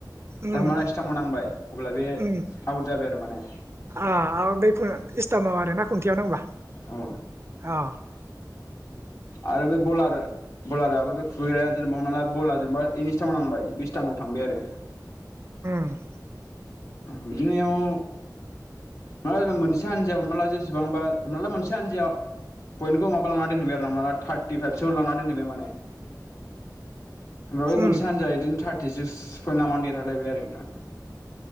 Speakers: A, on the right (about 35°); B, on the left (about 50°).
A: उम
B: दा हमना ला स्थामाव नांबाय अब्ला बे
A: उम
B: आउट जाबाय आ थारमाने
A: आ बै इस्टामाव आरो ना खुन्थियाव नांबा
B: औ
A: अ।
B: आरो बे बलार बलाराबो बे खुुबैग्राया जेनेबा हमना ला बला जेनेबा इनि स्थामाव नांबाय बि स्थामाव थांबाय आरो।
A: <unintelligible>
B: बिदिनो इयाव <inaudible> हमना ला जों मोनसे हानजायाव हमना ला जेसेबांबा हमना ला मोनसे हानजायाव पइन्टखौ माबा लांना दोनहैबाय आरो हमना ला थार्टिफाइभसो लांना दोनहैबाय माने होमब्ला बै
A: उम
B: मोनसे हान्जाया इदिनो थार्ट <unintelligible> पयेन लांबानो देरहालायबाय आरो नोंथां।